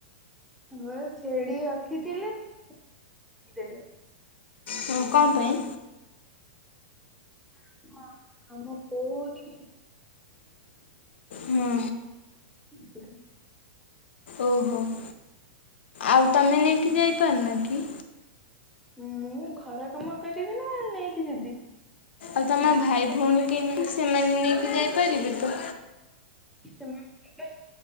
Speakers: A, in the centre; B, on the left.
A: ଘରେ ଛେଡି ରଖିଥିଲି <inaudible> ଦେଲେ।
B: ହଁ କଣ ପାଇଁ?
A: <inaudible> ଆମ ବୋଉ ଟିକ୍
B: ହୁଁ
A: ଫିଲ
B: ଓହୋଃ। ଆଉ ତମେ ନେଇକି ଯାଇପାରୁନାକି?
A: ମୁଁଉଉ ଘର କାମ କରିବି ନା ନେଇକି ଯିବି?
B: ଆଉ ତମ
A: ଏବେ
B: ଭାଇ
A: ଟିକେ
B: ଭଉଣୀ କେହି ନାହିଁ ସେମାନେ ନେଇକି ଯାଇ ଇ ପାରିବେତ।
A: ସେମାନେ